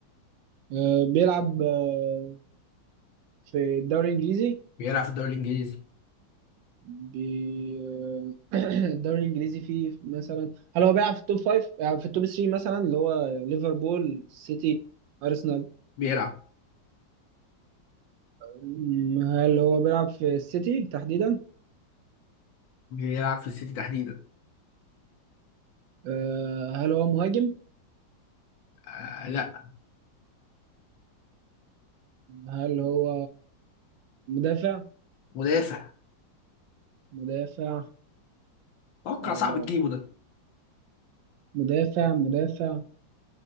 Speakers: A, on the right (about 80°); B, on the left (about 80°).
A: آه، بيلعب آه، في الدوري الانجليزي
B: بيلعب في الدوري الانجليزي
A: بي... آه، <clears throat> الدوري الانجليزي فيه مثلا هل هو بيلعب في التوب فايف آه، في التوب 3 مثلا اللي هو ليفربول سيتي ارسنال
B: بيلعب
A: م، هل هو بيلعب في السيتي تحديدا
B: بيلعب في السيتي تحديدا
A: آه، هل هو مهاجم
B: آه لا
A: هل هو مدافع
B: مدافع
A: مدافع
B: اتوقع
A: آه،
B: صعب تجيبه ده
A: مدافع مدافع